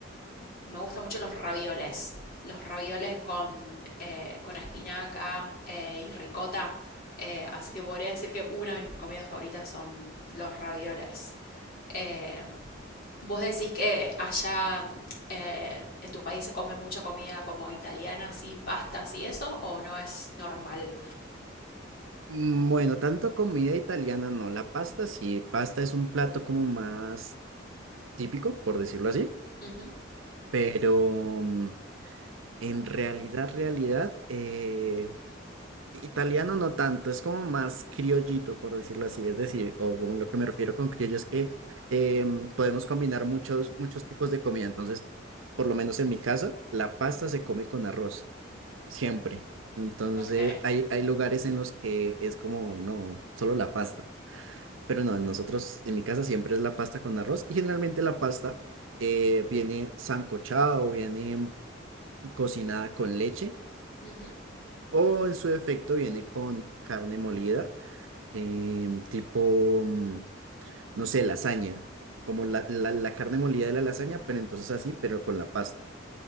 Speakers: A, on the left (about 50°); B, on the right (about 80°).
A: me gustan mucho los ravioles. Los ravioles con, eh, con espinaca eh, y ricota. Eh, así que podría decir que una de mis comidas favoritas son los ravioles. Eh, Vos decís que allá eh, en tu país se come mucha comida como italiana, así, pastas y eso, o no es normal?
B: Mm, Bueno, tanto comida italiana no, la pasta sí, pasta es un plato como más típico, por decirlo así,
A: Ujú,
B: pero mm, en realidad, realidad, eh, Italiano no tanto, es como más criollito, por decirlo así. Es decir, o como lo que me refiero con criollo es que em, podemos combinar muchos, muchos tipos de comida. Entonces, por lo menos en mi casa, la pasta se come con arroz, siempre. Entonces,
A: Ok.
B: hay, hay lugares en los que es como, no, solo la pasta. Pero no, nosotros, en mi casa siempre es la pasta con arroz. Y generalmente la pasta eh, viene sancochada o viene mm, cocinada con leche.
A: ujú.
B: O en su defecto viene con carne molida em, tipo, mm, no sé, lasaña, como la, la- la carne molida de la lasaña, pero entonces así, pero con la pasta.